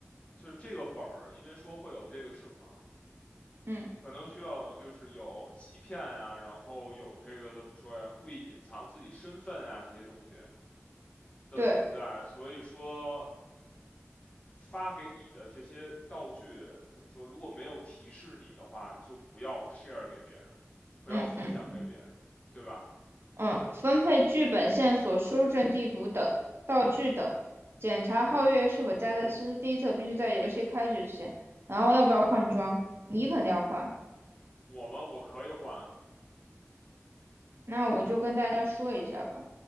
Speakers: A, on the left; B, on the right.
A: 就是这个本儿，因为说会有这个什么，
B: 嗯，
A: 可能需要就是有欺骗啊，然后有这个怎么说呀，故意隐藏自己身份啊这些东西的存在，
B: 对，
A: 所以说发给你的这些道具怎么说，如果没有提示你的话，就不要 share 给别人，不要分享给别人，
B: 嗯嗯。
A: 对吧？
B: 嗯，分配剧本线索、搜证地图等道具等，检查皓月是否加在诗诗第一册，必须在游戏开始前。
A: 对，
B: 然后要不要换装？你肯定要换。
A: 我们我可以换，
B: 那我就跟大家说一下吧。